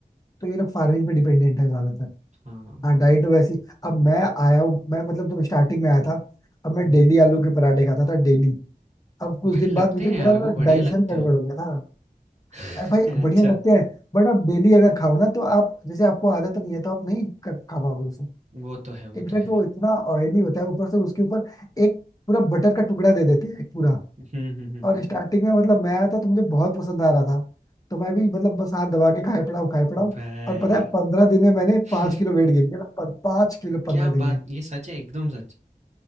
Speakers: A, on the left (about 20°); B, on the right (about 45°).
A: तो ये लोग फार्मिंग पे डिपेंडेंट है ज्यादातर
B: हाँ,
A: हाँ डाइट
B: हाँ।
A: वैसी अब मैं आया हूँ मैं मतलब जब स्टार्टिंग में आया था अब मैं
B: हुँ,
A: डेली आलू के पराठे खाता था डेली अब कुछ
B: भाई
A: दिन बाद
B: लगते
A: मुझे
B: हैं
A: मेरा
B: यार
A: मतलब
B: वो बढ़िया
A: डाइजेशन
B: लगते
A: गड़बड़
B: हैं।
A: हो गया था
B: <laughs>
A: अरे भाई
B: अच्छा,
A: बढ़िया लगते हैं बट आप डेली अगर खाओ ना तो आप जैसे आपको आदत नहीं है तो आप नहीं कर, खा पाओगे उसे
B: वो तो है, वो
A: इनफैक्ट
B: तो है।
A: वो इतना ऑयली होता है ऊपर से उसके ऊपर एक पूरा बटर का टुकड़ा दे देते हैं पूरा
B: हुँ, हुँ, हुँ,
A: और
B: हुँ।
A: स्टार्टिंग में मतलब मैं आया था तो मुझे बहुत पसंद आ रहा था तो मैं भी मतलब बस हाथ दबा के खाए पड़ा हूँ खाए पड़ा हूँ
B: भाई
A: और पता है पंद्रह दिन में मैंने
B: <laughs>
A: पाँच किलो वेट गेन किया था पाँच किलो
B: क्या
A: पंद्रह दिन
B: बात!
A: में
B: ये सच है, एकदम सच।